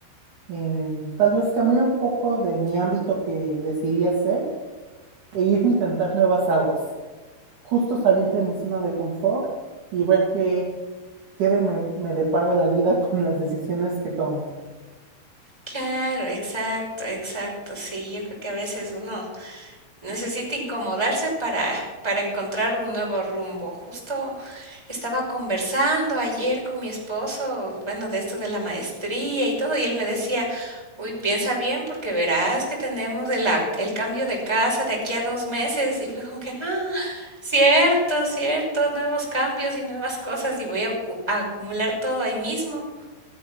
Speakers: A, on the right; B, in the centre.
A: em, tal vez cambiar un poco de mi ámbito que decidí hacer e irme a intentar nuevas aguas. Justo salir de mi zona de confort y ver qué, qué de- me, me depara la vida <laughs> con las decisiones que tome.
B: Claro, exacto, exacto. Sí, yo creo que a veces uno Necesita incomodarse para para encontrar un nuevo rumbo. Justo estaba conversando ayer con mi esposo, bueno, de esto de la maestría y todo, y él me decía, uy, piensa bien porque verás que tenemos el, a- el cambio de casa de aquí a dos meses. Y fue como que, ah, cierto, cierto, nuevos cambios y nuevas cosas y voy a acu- a acumular todo ahí mismo.